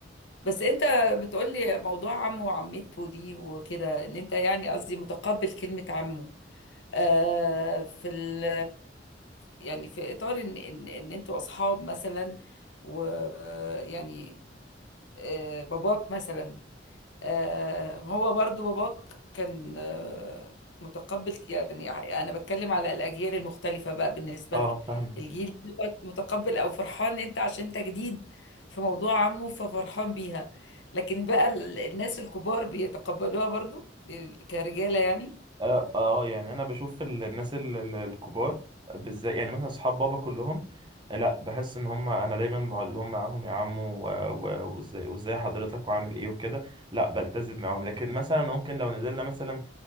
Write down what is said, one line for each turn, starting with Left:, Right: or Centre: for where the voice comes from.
Left: بس انت بتقولي موضوع عمه وعمته دي وكده ان انت يعني قصدي متقبل كلمة عمه آه في ال يعني في اطار ان ان, ان انتوا اصحاب مثلا ويعني آه باباك مثلا آه، هو برضو باباك كان آه، متقبل يعني انا بتكلم على الاجيال المختلفه بقى بالنسبه
Right: اه
Left: لكم
Right: فاهمك
Left: الجيل دوت متقبل او فرحان انت عشان انت جديد في موضوع عمه ففرحان بيها لكن بقى ال- الناس الكبار بيتقبلوها برضو ال- كرجاله يعني
Right: اه اه يعني انا بشوف ال- الناس ال- ال- الكبار بالذات يعني مثلا اصحاب بابا كلهم لا بحس ان هم انا دايما بقول لهم معاهم يا عم و- و- وازاي وازاي حضرتك وعامل ايه وكده لا بلتزم معاهم لكن مثلا ممكن لو نزلنا مثلا